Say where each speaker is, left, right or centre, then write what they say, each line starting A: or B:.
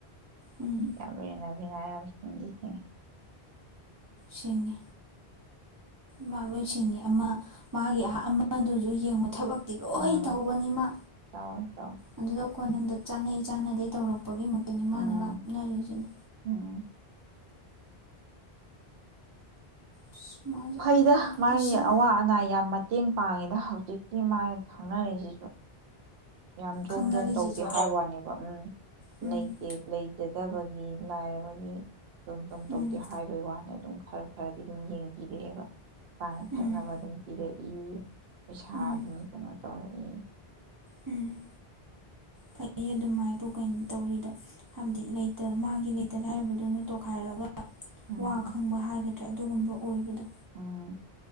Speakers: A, on the right; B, on the right.
A: ꯎꯝ
B: ꯌꯥꯝꯅ ꯅꯥꯁꯤꯡꯁꯤꯅꯦ
A: ꯁꯤꯡꯉꯤ ꯃꯥ ꯂꯣꯏ ꯁꯤꯡꯉꯤ ꯑꯃ ꯃꯥꯒꯤ ꯑꯃꯗꯨꯁꯨ ꯌꯦꯡꯕ ꯊꯕꯛ ꯤ ꯂꯣꯏ
B: ꯎꯝ
A: ꯇꯧꯕꯅꯤꯃ
B: ꯇꯧꯋꯦ ꯇꯧꯋꯦ
A: ꯑꯗꯨꯗ ꯐꯣꯟꯅꯨꯡꯗ ꯆꯥꯟꯅꯩ ꯆꯥꯟꯅꯗꯦ ꯇꯧꯔꯛꯑꯣ ꯂꯄꯒꯤ ꯃꯛꯇꯅꯤ
B: ꯎꯝ
A: ꯃꯥꯅ ꯂꯥꯞꯅꯔꯤꯁꯤꯅꯤ
B: ꯎꯝ
A: ꯑꯁ ꯃꯥꯁꯦ
B: ꯐꯩꯗ
A: ꯑꯃꯔꯣꯝꯗꯗꯤ
B: ꯃꯥꯒꯤ
A: ꯁꯦꯝ
B: ꯑꯋꯥ ꯑꯅꯥ ꯌꯥꯝ ꯃꯇꯦꯡ ꯄꯥꯡꯉꯤꯗ ꯍꯧꯖꯤꯛ ꯁꯤ ꯃꯥꯏ ꯈꯪꯅꯔꯤꯁꯤꯁꯨ ꯌꯥꯝ ꯖꯣꯝ
A: ꯈꯪꯅꯔꯤꯁꯤꯁꯨ
B: ꯖꯣꯝ ꯇꯧꯗꯦ ꯍꯥꯏꯕ ꯋꯥꯅꯦꯕ ꯎꯝ
A: ꯎꯝ
B: ꯂꯩꯇꯦ ꯂꯩꯖꯗꯕꯒꯤ ꯂꯥꯏꯔꯕꯒꯤ ꯑꯣ ꯁꯨꯝ ꯁꯨꯝ
A: ꯎꯝ
B: ꯇꯧꯗꯦ ꯍꯥꯏꯕꯒꯤ ꯋꯥꯅꯤ ꯑꯗꯨꯝ ꯈꯔ ꯈꯔꯗꯤ ꯑꯗꯨꯝ ꯌꯦꯡꯕꯤꯔꯛꯑꯦꯕ ꯄꯥꯅ
A: ꯎꯝ
B: ꯊꯛꯅꯕ ꯑꯗꯨꯝ ꯄꯤꯔꯛꯏ ꯎꯝ ꯄꯩꯁꯥ
A: ꯎꯝ
B: ꯑꯗꯨꯝ ꯀꯩꯅꯣ ꯇꯧꯔꯛꯑꯦ
A: ꯎꯝ ꯐꯩ ꯑꯗꯨꯝ ꯍꯥꯏꯕꯨ ꯀꯩꯅꯣ ꯇꯧꯔꯤꯗꯣ ꯍꯥꯏꯕꯗꯤ ꯂꯩꯇ ꯃꯥꯒꯤ ꯂꯩꯇ ꯂꯥꯏꯔꯕꯗꯨꯅ ꯇꯣꯈꯥꯏꯔꯒ
B: ꯎꯝ
A: ꯋꯥ ꯈꯪꯕ ꯍꯥꯏꯒꯗ꯭ꯔꯥ ꯅꯠꯇ꯭ꯔ ꯑꯗꯨꯒꯨꯝꯕ ꯑꯣꯏꯕꯗꯣ
B: ꯎꯝ